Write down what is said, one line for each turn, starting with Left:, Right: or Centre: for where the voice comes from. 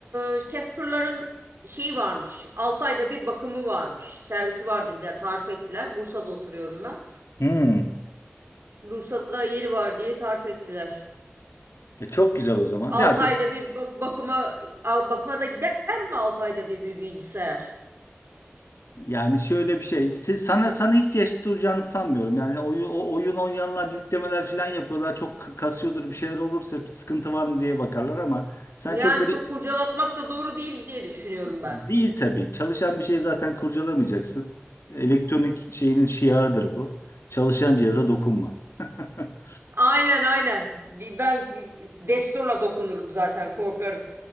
Right: e, Casper'ların şeyi varmış. 6 ayda bir bakımı varmış. Servisi var dediler, tarif ettiler. Bursa'da oturuyorum ben.
Left: Hmm.
Right: Bursa'da yeri var diye tarif ettiler.
Left: E, çok güzel o zaman.
Right: 6
Left: Zaten
Right: ayda bir bak bakıma a- bakıma da gider mi 6 ayda bir bir bilgisayar?
Left: yani şöyle bir şey. Siz, sana sana ihtiyaç duyacağını sanmıyorum. Yani oyun, o, oyun oynayanlar yüklemeler falan yapıyorlar. Çok k- kasıyordur bir şeyler olursa sıkıntı var mı diye bakarlar ama sen
Right: Yani
Left: çok böyle
Right: çok kurcalatmak da doğru değil diye düşünüyorum ben.
Left: değil tabii. Çalışan bir şey zaten kurcalamayacaksın. Elektronik şeyinin şiarıdır bu. Çalışan cihaza dokunma. <laughs>
Right: Aynen aynen. Bi- Ben desturla dokunurum zaten korkarım.